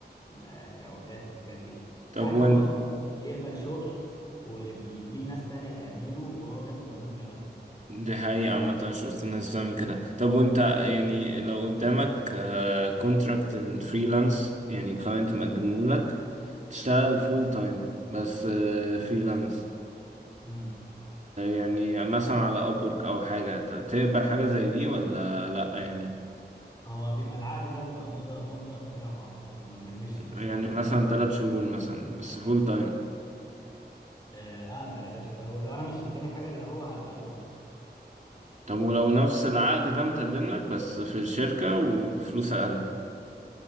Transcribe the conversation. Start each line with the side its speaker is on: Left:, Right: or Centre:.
Left: العقودات والحاجات دي ساعات
Right: طب وين
Left: هو اصلا يقبل شغل وبيديه لناس تانية تعمله وهو بياخد عمولة مثلا
Right: دي حقيقة عامة شفت الناس بتعمل كده طب وانت يعني لو قدامك كونتراكت من فريلانس يعني كلاينت مقدمه لك تشتغل فول تايم بس فريلانس
Left: امم
Right: يعني مثلا على ابورك او حاجة ت- تقبل حاجة زي دي ولا لا يعني
Left: هو بيبقى العقد ده بيبقى مدة مدة قصيرة اعتقد ما بيكملش ست
Right: يعني
Left: شهور ولا
Right: مثلا تلات شهور مثلا بس فول تايم
Left: آه، اقبل يا باشا لو لو انا مش قدامي حاجة اللي هو هقبله اه
Right: طب ولو نفس العقد ده متقدم لك بس في الشركة وبفلوس اقل